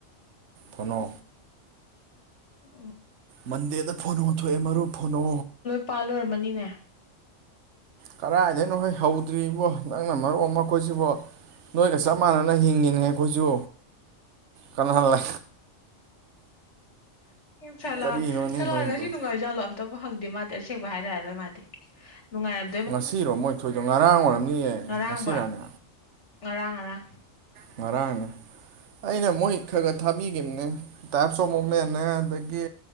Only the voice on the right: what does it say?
ꯀꯅꯣ
ꯃꯟꯗꯦꯗ ꯐꯣꯅꯣ ꯊꯣꯛꯑꯦ ꯃꯔꯨꯞ ꯐꯣꯅꯣ
ꯀꯔꯥꯏꯗꯩꯅꯣꯍꯦ ꯍꯧꯗ꯭ꯔꯤꯕꯣ ꯅꯪꯅ ꯃꯔꯣꯟ ꯑꯃ ꯑꯈꯣꯏꯁꯤꯕꯣ꯫ ꯅꯣꯏꯒ ꯆꯞ ꯃꯥꯟꯅꯅ ꯍꯤꯡꯉꯤꯅꯦ ꯑꯩꯈꯣꯏꯁꯨ ꯀꯅꯥ ꯂ꯫
ꯀꯔꯤꯅꯣꯅꯦ
ꯅꯣꯏꯕꯣ
ꯉꯁꯤꯔꯣ ꯃꯣꯏ ꯊꯣꯛꯏꯗꯣ ꯉꯔꯥꯡ ꯑꯣꯏꯔꯝꯅꯤꯌꯦ
ꯉꯁꯤꯔꯥꯅꯦ꯫
ꯉꯔꯥꯡꯅꯦ ꯑꯩꯅ ꯃꯣꯏ ꯈꯔ ꯈꯔ ꯊꯥꯕꯤꯈꯤꯕꯅꯦ ꯇꯥꯏꯞꯁ ꯑꯣꯐ ꯃꯨꯞꯃꯦꯟꯅꯦ ꯑꯗꯒꯤ